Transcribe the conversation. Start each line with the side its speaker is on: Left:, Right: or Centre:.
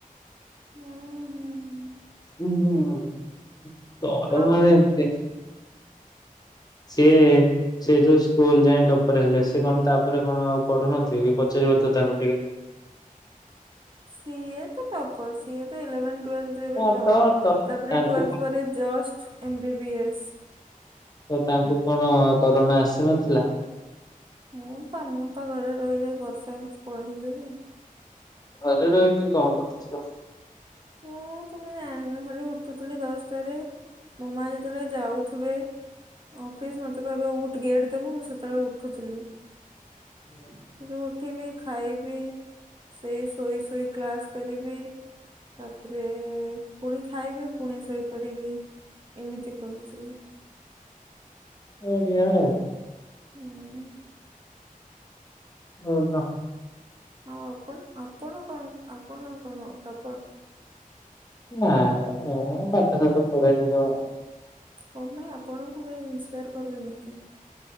Right: ହୁଁ ହୁଁ।
Left: ହୁଁ, ହୁଁ କରୋନା
Right: ଆ
Left: ରେ ଏମିତି। ସିଏ ସିଏ ଯୋଉ ସ୍କୁଲ ଯାଇ ଟପ୍ପର ହେଲେ, ସେ କଣ ତାପରେ କଣ ଆଉ ପଢ଼ୁନଥିବେ କି, ପଚାରିବ ତ ତାଙ୍କୁ ଟିକେ।
Right: ସିଏ ତ ଟପ୍ପର। ସିଏ ତ ଇଲେଭେନ୍ଥ ଟୁଏଲ୍ଥରେ ବି
Left: ହଁ
Right: ଟପ୍।
Left: ତ ତ
Right: ତାପରେ
Left: ତାଙ୍କୁ
Right: ଟୁଏଲ୍ଥ ପରେ just M B B S.
Left: ତ, ତାଙ୍କୁ କଣ କରୋନା ଆସିନଥିଲା?
Right: ମୁଁ ତ, ମୁଁ ତ ଘରେ ରହି ରହି ବର୍ଷେ ଆଉ କିଛି ପଢିଲିନି।
Left: ଘରେ ରହିକି କଣ କରୁଥିଲ?
Right: ଉଁ ତମେ ଜାଣିନ, ଖାଲି ଉଠୁଥିଲି ଦଶଟାରେ। ମୋ ମା ଯେତେବେଳେ ଯାଉଥିବେ ଅଫିସ୍ ମତେ କହିବେ ଉଠ ଗେଟ୍ ଦେବୁ, ମୁଁ ସେତେବେଳେ ଉଠୁଥିଲି।
Left: ହୁଁ।
Right: ଉ ଉଠିବି ଖାଇବି, ସେଇ ଶୋଇ ଶୋଇ କ୍ଲାସ୍ କରିବି ତାପରେ ପୁଣି ଖାଇବି, ପୁଣି ଶୋଇପଡ଼ିବି ଏମିତି କରୁଥିଲି।
Left: ବଢିଆଉ!
Right: ଉଁ,
Left: ହୁନ
Right: ଆଉ ଆପଣ, ଆପଣ କଣ ଆପଣ କଣ ଟପ୍ପର?
Left: ନାଇଁ, ନା ମୁଁ ପାଠଶାଠ ପଢେଇନି ଜମା
Right: କଣ ପାଇଁ ଆପଣଙ୍କୁ ବି ଇନ୍ସପାୟାର କଲେନି କି?